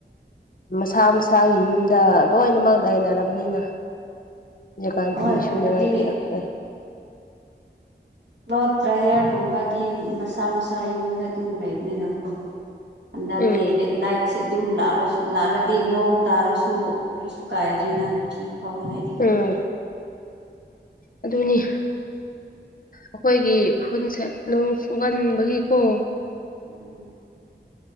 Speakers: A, on the left; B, on the right.
A: ꯃꯁꯥ ꯃꯁꯥꯒꯤ ꯌꯨꯝꯗ ꯂꯣꯏꯅꯃꯛ ꯂꯩꯅꯔꯕꯅꯤꯅ ꯍꯧꯖꯤꯀꯥꯟ
B: ꯑꯣ
A: ꯐꯤ
B: ꯍꯣꯏ
A: ꯁꯨꯅꯤꯉꯥꯏ
B: ꯀꯩꯅꯣꯗꯤ
A: ꯄꯤꯔꯛꯇ꯭ꯔꯦ
B: ꯀ꯭ꯂꯣꯊ ꯗ꯭ꯔꯥꯏꯌꯔꯒꯨꯝꯕꯗꯤ ꯃꯁꯥ ꯃꯁꯥ ꯌꯨꯝꯗ ꯑꯗꯨꯝ ꯂꯩꯕꯅꯤꯅꯀꯣ ꯍꯟꯗꯛꯇꯤ
A: ꯎꯝ
B: ꯂꯦꯂꯥꯏ ꯁꯦ ꯑꯗꯨꯝ ꯂꯥꯛꯔꯁꯨ ꯂꯥꯛꯔꯗꯤ ꯅꯣꯡ ꯇꯥꯔꯁꯨ ꯀꯔꯤꯁꯨ ꯀꯥꯏꯗ꯭ꯔꯦꯅ ꯐꯤ ꯐꯥꯎꯅꯤꯡꯉꯥꯏ
A: ꯎꯝ ꯑꯗꯨꯅꯤ ꯑꯩꯈꯣꯏꯒꯤ ꯈꯨꯟꯁꯠ ꯅꯣꯡ ꯆꯨꯒꯟꯕꯒꯤꯀꯣ
B: ꯎꯝ